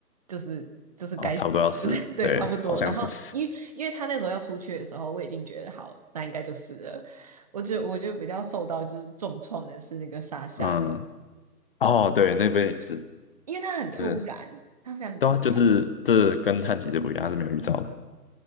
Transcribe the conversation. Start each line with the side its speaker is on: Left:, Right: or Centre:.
Right: 就是就是该死的，
Left: 哦，差不多要死了，
Right: 对 <laughs> 对，
Left: 对，
Right: 差不多。
Left: 好像是死。
Right: 然后因为因为他那时候要出去的时候，我已经觉得好，那应该就是了。我觉得我觉得比较受到就是重创的是那个沙夏的，
Left: 嗯，哦，对，那边也是，
Right: 因为他很突然，
Left: 真的，
Right: 他非常突然。
Left: 对啊，就是这跟汉吉这不一样，他是没有预兆的。